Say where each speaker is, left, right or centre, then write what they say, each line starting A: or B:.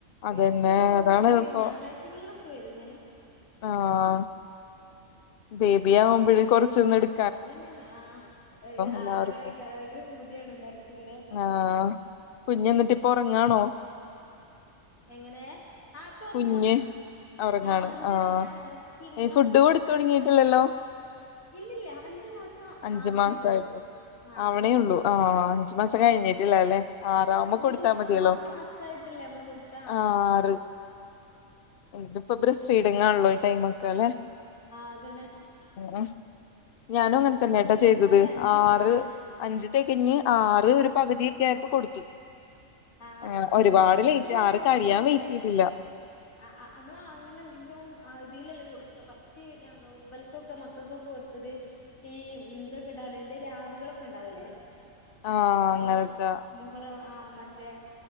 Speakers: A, on the left; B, on the left.
A: അതന്നെ
B: എടുത്ത് പോവുവൊക്കെ
A: അതാണ്
B: ചെയ്യും
A: ഇപ്പൊ
B: ഞായറാഴ്ചകളിലൊക്കെ വരും ഇങ്ങനെ
A: ആഹ് ബേബിയാവുമ്പഴേ കുറച്ചൊന്ന് എടു
B: അതന്നെയാണ് ആഹ്
A: എല്ലാവർക്കും
B: ആഗ്രഹക്കാരം ഭയങ്കരംഭൂതിയണെല്ലാർക്കും ഇങ്ങനെ
A: ആഹ് കുഞ്ഞ് എന്നിട്ട് ഇപ്പൊ ഉറങ്ങാണോ
B: എങ്ങനെ ആഹ് ഇപ്പോ ഒറങ്ങുവാ
A: കുഞ്ഞ് ഒറങ്ങാണ്
B: ആഹ് ഉറങ്ങുവാണ്
A: ആഹ്
B: ഞാൻ ഉറക്കി ഇങ്ങനെ
A: ഈ ഫുഡ്
B: തൊട്ടിലാട്ടി
A: കൊടുത്ത് തൊടങ്ങിയിട്ടില്ലല്ലോ
B: കൊടു ഇല്ലില്ല അഞ്ചു മാസം
A: അഞ്ചു
B: ആവണേയുള്ളൂ
A: മാസായിട്ടുള്ളൂ
B: ആഹ്
A: ആവണേ ഉള്ളൂ ആഹ് അഞ്ചു മാസം കഴിഞ്ഞിട്ടില്ലാല്ലേ ആറാകുമ്പോ
B: ഇല്ലില്ല
A: കൊടുത്താ മതിയല്ലോ
B: ആറ് മാസായിട്ടല്ലേ നമ്മള് കൊടുക്ക
A: ആഹ് ആറ് ഇതിപ്പോ ബ്രസ്റ്റ് ഫീഡിങ്ങാണല്ലോ ഈ ടൈമ് ഒക്കെ അല്ലെ
B: അതന്നെ
A: ഉം ഞാനും
B: പതിമൂന്നാം
A: അങ്ങനെ തന്നെയാട്ടോ
B: തീയതി
A: ചെയ്തത്
B: വന്നാലേ അഞ്ച്
A: ആറ്
B: മാ ആഹ്
A: അഞ്ച് തികഞ്ഞ് ആറ് ഒരു പകുതിയൊക്കെയായപ്പൊ കൊടുത്തു
B: ആഹ്
A: ഹ് ഒരുപാട്
B: നമ്മള് ഫസ്റ്റന്നെ
A: ലേറ്റ് ആറ്
B: കൊടുക്കതല്ലേ
A: കഴിയാൻ വെയിറ്റെയ്തില്ല
B: ആ അ നമ്മള അങ്ങനെ എന്തെങ്കിലും ആഹ് ആഹ് നമ്മള് അങ്ങനെ ഉണ്ടെങ്കിലും ഇതീലല്ലേ കൊടുക്കുക ഫസ്റ്റ് ഇബലക്കൊക്കെ മക്കൾക്കൊക്കെ കൊടു ത്തത് ഈ ഇതൊടാലോ എന്തോ രാവുകളൊക്കെ ഇണ്ടാവൂലേ
A: ആഹ് അങ്ങനത്തെ
B: ഈ മുഹറ ആഹ് മ മറ്റേ